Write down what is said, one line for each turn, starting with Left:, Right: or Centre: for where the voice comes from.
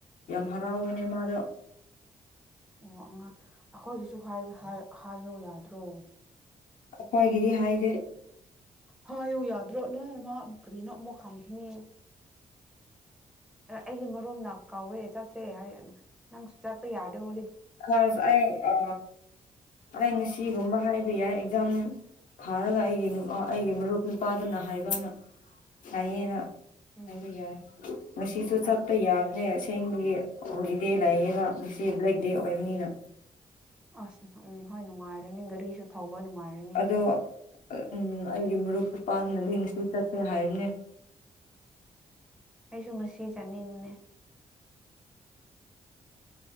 Left: ꯌꯥꯝ ꯍꯔꯥꯎꯕꯅꯦ ꯃꯥꯗꯣ
Centre: ꯑꯣ ꯑꯉꯥꯡ ꯑꯩꯈꯣꯏꯒꯤꯁꯨ ꯍꯥꯏꯌꯣ ꯌꯥꯗ꯭ꯔꯣ
Left: ꯑꯩꯈꯣꯏꯒꯤꯗꯤ ꯍꯥꯏꯗꯦ
Centre: ꯍꯥꯏꯌꯨ ꯌꯥꯗ꯭ꯔꯣ ꯅꯣꯏ ꯃꯥ ꯀꯒ꯭ꯔꯤꯅꯣ ꯑꯃꯛ ꯈꯪꯈꯤꯅꯤ ꯑꯩꯒꯤ ꯃꯔꯣꯝꯅ ꯀꯥꯎꯋꯦ ꯆꯠꯁꯦ ꯍꯥꯏ ꯅꯪꯁꯨ ꯆꯠꯄ ꯌꯥꯗꯦ ꯍꯣ
Left: ꯍ ꯑꯩ ꯑ ꯑꯩ ꯉꯁꯤꯒꯨꯝꯕ ꯍꯥꯏꯕ ꯌꯥꯏ ꯑꯦꯛꯖꯥꯝ ꯊꯥꯔꯒ ꯑꯩꯒꯤ ꯑꯩꯒꯤ ꯃꯔꯨꯞ ꯅꯨꯄꯥꯗꯨꯅ ꯍꯥꯏꯕꯅ ꯍꯥꯏꯌꯦꯦꯅ
Centre: ꯎꯝ
Left: ꯍꯥꯏꯕ ꯌꯥꯏ ꯉꯁꯤꯁꯨ
Centre: ꯍꯥꯏꯕ
Left: ꯆꯠꯄ ꯌꯥꯕꯅꯦ ꯑꯁꯦꯡꯕꯒꯤ ꯍꯣꯂꯤꯗꯦ ꯂꯩꯌꯦꯕ ꯉꯆ ꯑꯗꯨ ꯑꯣꯏꯕꯅꯤꯅ
Centre: ꯑꯁ ꯎꯝ ꯍꯣꯏ ꯅꯨꯡꯉꯥꯏꯔꯅꯤ ꯒꯥꯔꯤꯁꯨ ꯊꯧꯕ ꯅꯃꯔꯅꯤ
Left: ꯑꯗꯣ ꯎꯝ ꯑꯩꯒꯤ ꯃꯔꯨꯞ ꯅꯨꯄꯥꯗꯨꯅꯗꯤꯦꯡꯁꯤ ꯆꯠꯁꯦ ꯍꯥꯏꯕꯅꯦ
Centre: ꯁꯁꯨ ꯉꯁꯤ ꯆꯥꯅꯤꯡꯕꯅꯦ